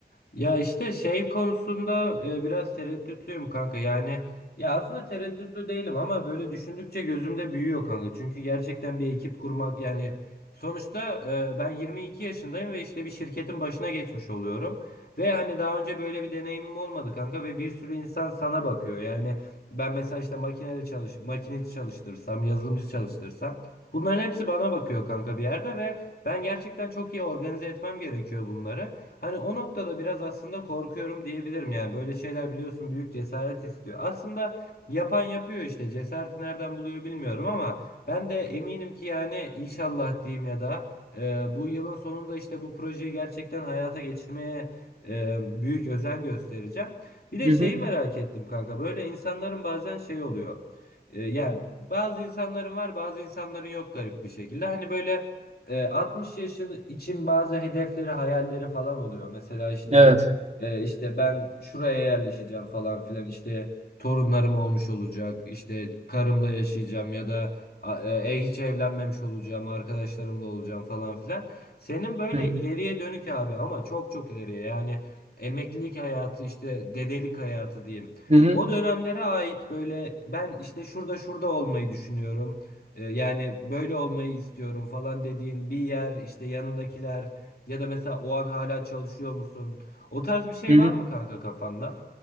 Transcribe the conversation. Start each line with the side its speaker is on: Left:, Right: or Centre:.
Left: Ya işte şey konusunda e, biraz tereddütlüyüm kanka. Yani ya aslında tereddütlü değilim ama böyle düşündükçe gözümde büyüyor kanka. Çünkü gerçekten bir ekip kurmak yani sonuçta e, ben 22 yaşındayım ve işte bir şirketin başına geçmiş oluyorum. Ve hani daha önce böyle bir deneyimim olmadı kanka ve bir sürü insan sana bakıyor. Yani ben mesela işte makinede çalış makineci çalıştırsam, yazılımcı çalıştırsam bunların hepsi bana bakıyor kanka bir yerde ve ben gerçekten çok iyi organize etmem gerekiyor bunları. Hani o noktada biraz aslında korkuyorum diyebilirim yani böyle şeyler biliyorsun büyük cesaret istiyor. Aslında yapan yapıyor işte cesareti nereden buluyor bilmiyorum ama ben de eminim ki yani inşallah diyeyim ya da e, bu yılın sonunda işte bu projeyi gerçekten hayata geçirmeye e, büyük özen göstereceğim. Bir de
Right: Hı
Left: şeyi
Right: hı.
Left: merak ettim kanka böyle insanların bazen şey oluyor. E, yani bazı insanların var bazı insanların yok garip bir şekilde. Hani böyle e, 60 yaşın için bazı hedefleri, hayalleri falan oluyor. Mesela işte
Right: Evet.
Left: e, işte ben şuraya yerleşeceğim falan filan işte torunlarım olmuş olacak, işte karımla yaşayacağım ya da a- e, e, hiç evlenmemiş olacağım, arkadaşlarımla olacağım falan filan. Senin böyle
Right: Hı hı.
Left: ileriye dönük abi ama çok çok ileriye yani emeklilik hayatı işte dedelik hayatı diyeyim.
Right: Hı hı.
Left: O dönemlere ait böyle ben işte şurada şurada olmayı düşünüyorum. E, Yani böyle olmayı istiyorum falan dediğin bir yer işte yanındakiler ya da mesela o an hala çalışıyor musun? O tarz bir şey
Right: Hı hı.
Left: var mı kanka kafanda?